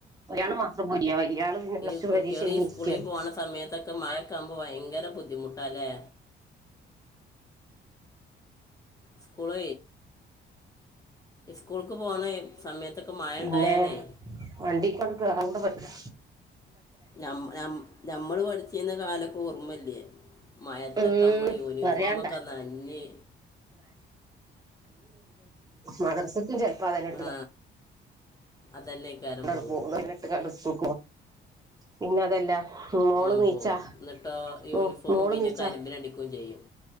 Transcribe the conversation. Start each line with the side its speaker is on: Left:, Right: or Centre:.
Right: ഒരാള് മാത്രം പോരിയാ വലിയാള് പിന്നെ പ്ലസ്
Left: ഈ
Right: ടു
Left: കുട്ടികൾ
Right: പരീക്ഷ കഴിഞ്ഞിരിക്കയാണ്
Left: ഈ സ്കൂളിൽ പോണ സമയത്തൊക്കെ മഴക്കമ്പ ഭയങ്കര ബുദ്ധിമുട്ടല്ലേ സ്കൂള സ്കൂൾക്ക് പോണ സമയത്തൊക്കെ മഴ
Right: പിന്നെ
Left: ഉണ്ടായാലേ
Right: വണ്ടി കൊണ്ട് കേയറണ്ട പറ്റില്ല
Left: ഉം ഞമ്മള് പഠിച്ചുന്ന കാലൊക്കെ ഓർമ്മല്ലയേ മയത്തൊക്കെ
Right: ഉം
Left: നമ്മൾ യൂണിഫോമൊക്കെ
Right: പറയാണ്ട
Left: നനഞ്ഞ്
Right: മദർസത്തിും ചെിലപ്പ അത ഇട്ട്
Left: ആ
Right: <unintelligible>
Left: അതന്നെ ഇക്കാരം
Right: ക
Left: പോവുക
Right: പോു എന്നിട്ട് കണ്ട പോു പിന്നെ അതല്ല <unintelligible> മോള്
Left: ആ
Right: നീച്ചാ
Left: പോ എന്നിട്ടോ യൂണിഫോമ
Right: മോ മോള്
Left: പിന്നെ
Right: നീച്ചാ
Left: കരിമ്പിന അടിക്കയും ചെയ്യും